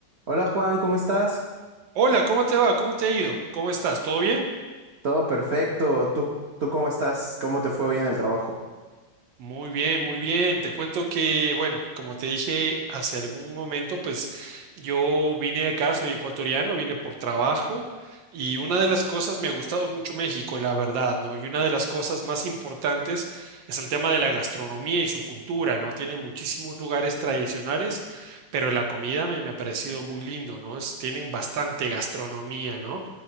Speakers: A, on the right; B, on the right.
A: Hola Juan, ¿cómo estás?
B: Hola, ¿cómo te va? ¿Cómo te ha ido? ¿Cómo estás? ¿Todo bien?
A: Todo perfecto. ¿Tú, tú cómo estás? ¿Cómo te fue hoy en el trabajo?
B: Muy bien, muy bien. Te cuento que, bueno, como te dije hace algún momento, pues yo vine acá, soy ecuatoriano, vine por trabajo y una de las cosas, me ha gustado mucho México, la verdad, ¿no? Y una de las cosas más importantes es el tema de la gastronomía y su cultura, ¿no? Tiene muchísimos lugares tradicionales, pero la comida me, me ha parecido muy lindo, ¿no? Es- tienen bastante gastronomía, ¿no?